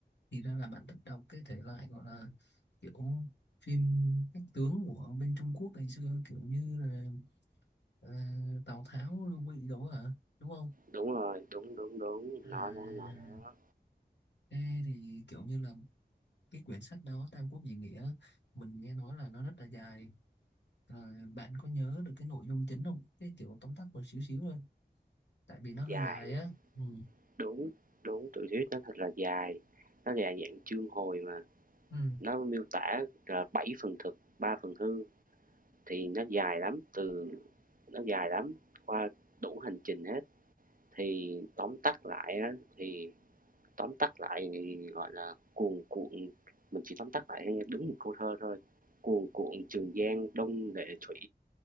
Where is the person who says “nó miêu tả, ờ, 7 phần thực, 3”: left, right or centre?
Right